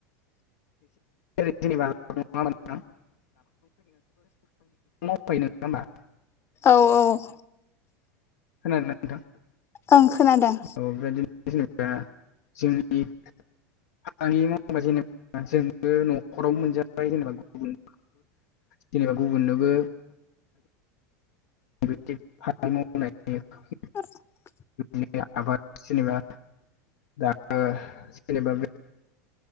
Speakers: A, on the left; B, on the left.
A: जै जेनेबा' मावफायो नङा होमबा <unintelligible>
B: औ औ
A: खोनादों ना नोंथां
B: ओं खोनादों
A: औ बेबायदिनो जेनेबा जोंनि फालांगि मावबा जेनेबा <unintelligible> जोंबो नखरावबो मोनजाबाय जेनेबा गुबुन जेनेबा गुबुननोबो बेबादि फालांगि मावनायनि <unintelligible>
B: <inaudible>
A: नि आबाद जेनबा दा जेनेबा <unintelligible>